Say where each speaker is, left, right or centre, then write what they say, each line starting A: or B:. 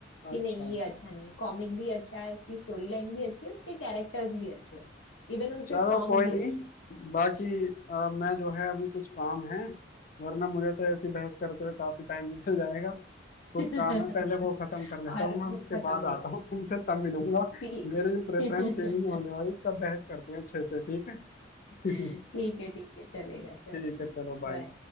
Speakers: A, on the left; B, on the left.
A: कि
B: अच्छा
A: नहीं ये अच्छा नहीं कॉमिक भी अच्छा है उसकी स्टोरी लाइन भी अच्छी है उसके कैरेक्टर्स भी अच्छे हैं इवन उसके
B: चलो
A: सॉन्ग
B: कोई
A: भी
B: नहीं
A: अच्छे
B: बाकी अ, मैं जो है अभी कुछ काम है वरना मुझे तो ऐसी बहस करते हुए काफी टाइम निकल जाएगा कुछ
A: हैं। <laughs>
B: काम है पहले वो खत्म कर लेता
A: और
B: हूँ मैं
A: वो
B: उसके
A: खत्म
B: बाद
A: नहीं
B: आता हूँ तुमसे तब मिलूंगा
A: हुई।
B: मेरी
A: ठीक
B: भी प्रेफरेंस
A: <laughs>
B: चेंज नहीं होने वाली तब बहस करते हैं अच्छे से ठीक है <laughs>
A: ठीक है ठीक है चलेगा चलो
B: ठीक है चलो बाय
A: बाय